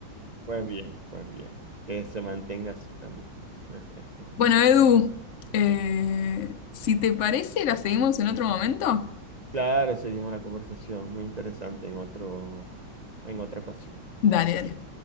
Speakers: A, on the right; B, on the left.
A: Pues bien, pues bien, que se mantenga así también. <laughs>
B: Bueno, Edu, eh, si te parece, la seguimos en otro momento.
A: Claro, seguimos la conversación, muy interesante en otro, en otra ocasión.
B: Dale, dale.